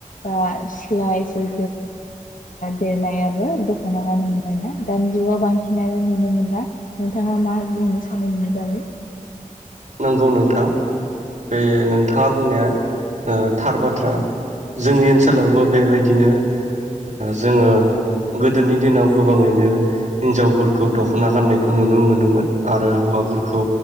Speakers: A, on the left; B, on the right.
A: बा सिख्ला इसे देरनायाबो दख'ना गानोमोन आरोना दानि जुगाव बांसिनानो नुनो नुनो मोनला नोंथाङा मा बुंनो सानो बिनि बागै
B: नंगौ नोंथां। बे नों थाङा बुंनाया ओ थार बाथ्रा। जोंनि
A: औ
B: ओनसोलावबो बेबायदि बिदिनो जोङो गोदोनि दिनाव गोबाङैनो हिनजावफोरखौ दखना गाननायखौ नुनो मोनोमोन आरो हौवाफोरखौ